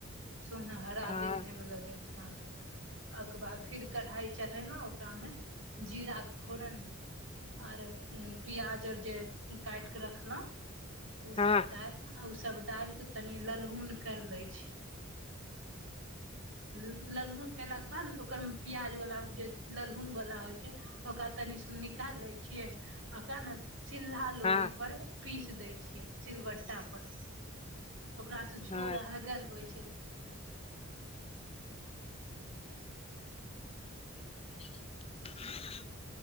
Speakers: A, on the right (about 60°); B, on the left (about 25°).
A: सोन हरा
B: हँ
A: देखै मे लगै हँ ओक बाद फेर कढ़ाइ चढ़ेलौ ओकरामे जीराके फोरन आर पियाज आर जे काटिके रखलहुँ ओसभ
B: हँ
A: ड आ ओसभ डाल कऽ तनि ललहुन करि लै छी ललहुन कलाके बाद ने ओकरमे पियाजवला जे ललहुनवला होइ छै ओकरा तनि सुन निकाल लै छियै ओकरा ने सिल्हा लोढ़ी
B: हँ
A: पर पीस दै छियै सिलबट्टा पर ओकरा झोर
B: हँ
A: अहगर होइ छै
B: <inaudible>